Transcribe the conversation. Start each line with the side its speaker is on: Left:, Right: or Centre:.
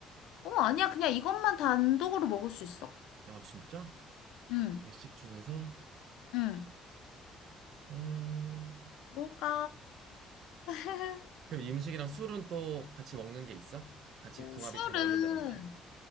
Left: 어, 아니야. 그냥 이것만 단독으로 먹을 수 있어.
Right: 아, 진짜?
Left: 응,
Right: 일식 중에서?
Left: 응.
Right: 음,
Left: 뭘까? <laughs>
Right: 그럼 이 음식이랑 술은 또 같이 먹는 게 있어? 같이 궁합이
Left: 술은,
Right: 잘 어울린다든지?